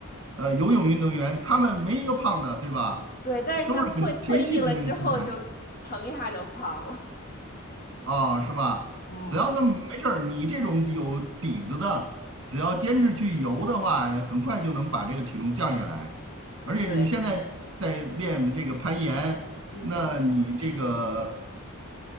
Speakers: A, on the right; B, on the left.
A: 呃游泳运动员，他们没一个胖的，对吧？
B: 对，但是他们退退役了之后就蹭一下就胖了，
A: 都是很纤细的那种身材。哦，是吧？
B: <laughs> 嗯，
A: 只要那没事儿，你这种有底子的，只要坚持去游的话，很快就能把这个体重降下来。而且你现在在练这个攀岩，
B: 对，嗯，
A: 那你这个